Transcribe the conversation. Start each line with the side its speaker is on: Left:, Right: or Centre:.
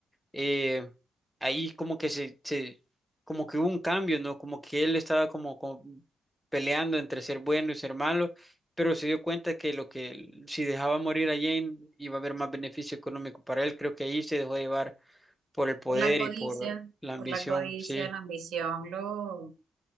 Centre: eh, ahí como que se, se, como que hubo un cambio, ¿no? Como que él estaba como, como peleando entre ser bueno y ser malo, pero se dio cuenta que lo que si dejaba morir a Jane iba a haber más beneficio económico para él, creo que ahí se dejó llevar por el poder
Right: Por la codicia,
Centre: y por la ambición,
Right: por la codicia,
Centre: sí.
Right: la ambición lo,